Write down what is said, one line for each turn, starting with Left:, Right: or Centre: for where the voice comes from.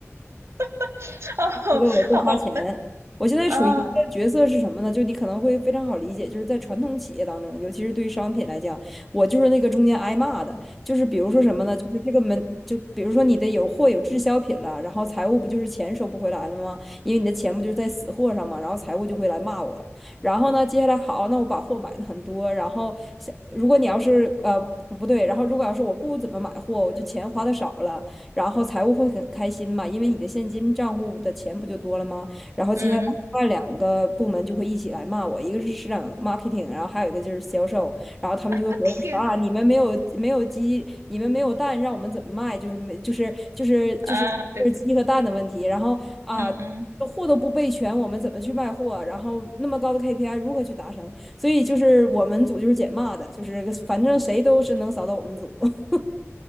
Right: <laughs> 哦，
Centre: 为了多花钱。
Right: 好棒
Centre: 我现在处于一个角色是什么呢？
Right: 啊，
Centre: 就你可能会非常好理解，就是在传统企业当中，尤其是对于商品来讲，我就是那个中间挨骂的。就是比如说什么呢？就是这个门，就比如说你的有货有滞销品了，然后财务不就是钱收不回来了吗？因为你的钱不就是在死货上嘛，然后财务就会来骂我。然后呢，接下来好，那我把货买的很多，然后想如果你要是呃不对，然后如果要是我不怎么买货，我就钱花的少了。然后财务会很开心嘛，因为你的现金账户的钱不就多了吗？然后接下来另外两个部门就会一起来骂我，
Right: 嗯，
Centre: 一个是市场 marketing，然后还有一个就是销售，然后他们就会回来说啊，
Right: <laughs> 天呐，
Centre: 你们没有没有鸡，你们没有蛋，让我们怎么卖？就是没就是就是就是就是鸡和蛋的问题，
Right: 啊，对对，
Centre: 然后啊。
Right: 嗯嗯。
Centre: 货都不备全，我们怎么去卖货啊？然后那么高的 KPI 如何去达成？所以就是我们组就是捡骂的，就是反正谁都是能扫到我们组。<laughs>